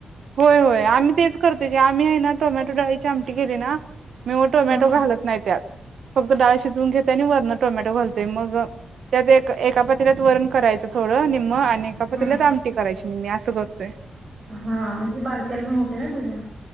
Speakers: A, on the right; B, on the right.
A: होय होय आम्ही तेच, करतो की आम्ही आहे ना टोमॅटो डाळीची आमटी गेली ना मी मग टोमॅटो
B: हा
A: घालत नाही त्यात फक्त डाळ शिजून घेतेतोय आणि वरं टोमॅटो घल ते मग त्यात एका एका पात्रीलात वरण करायचं. थोडं निम्म आणि एका
B: हा
A: पातेल्यात आमटी करायची निम्मी असं करतोय.
B: हा म्हणजे बारक्याला पण होते ना तुझ्या.